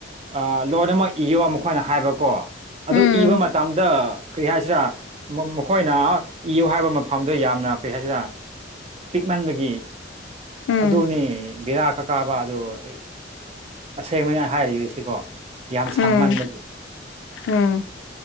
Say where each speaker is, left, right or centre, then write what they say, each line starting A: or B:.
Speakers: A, on the right; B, on the left.
A: ꯑ ꯂꯣꯟ ꯑꯃ ꯏꯌꯣ ꯃꯈꯣꯏꯅ ꯍꯥꯏꯕꯀꯣ ꯑꯗꯨ
B: ꯎꯝ
A: ꯏꯕ ꯃꯇꯝꯗ ꯀꯔꯤ ꯍꯥꯏꯁꯤꯔꯥ ꯃꯈꯣꯏꯅ ꯏꯌꯨ ꯍꯥꯏꯕ ꯃꯐꯝꯗꯣ ꯌꯥꯝꯅ ꯀꯔꯤ ꯍꯥꯏꯁꯤꯔꯥ ꯄꯤꯛꯃꯟꯕꯒꯤ
B: ꯎꯝ
A: ꯑꯗꯨꯅꯦ ꯕꯤꯔꯥꯛ ꯀꯀꯥꯕ ꯑꯗꯣ ꯑꯁꯦꯡꯕꯅꯤ ꯍꯥꯏꯔꯤꯕꯁꯤꯀꯣ ꯌꯥꯝ ꯁꯥꯡꯃꯟꯕꯒꯤ
B: ꯎꯝ ꯎꯝ